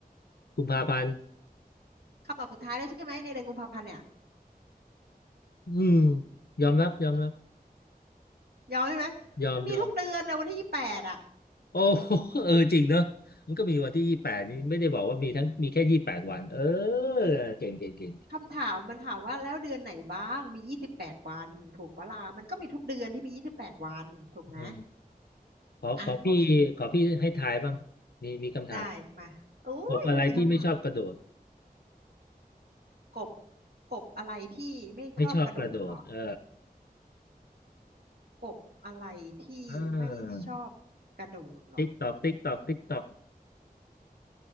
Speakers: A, on the left; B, on the right.
A: กุมภาพันธ์
B: คำตอบสุดท้ายแล้วใช่ไหมในเดือนกุมภาพันธ์เนี่ย
A: อืมยอมรับยอมรับ
B: ยอมใช่ไหมมันมีทุกเดือนนะวันที่ยี่สิบแปดอะ
A: ยอมยอมโอ้ <laughs> เออจริงเนอะมันก็มีวันที่ยี่แปดนี่ไม่ได้บอกว่ามีทั้งมีแค่ยี่แปดวันเออเก่งเก่งเก่ง
B: คำถามมันถามว่าแล้วเดือนไหนบ้างมียี่สิบแปดวันถูกปะล่ะมันก็มีทุกเดือนที่มียี่สิบแปดวันถูกไหม
A: เออขอขอพี่ขอพี่ให้ทายบ้างมีมีคำถาม
B: อ่ะโอเคได้มาอุ้ยมีคำถาม
A: กบอะไรที่ไม่ชอบกระโดด
B: กบกบอะไรที่ไม่ชอบกระโดดเหรอ
A: ไม่ชอบกระโดดเออ
B: กบอะไรที่ไม่ชอบกระโดดเหรอ
A: อ่าติ๊กตอกติ๊กตอกติ๊กตอก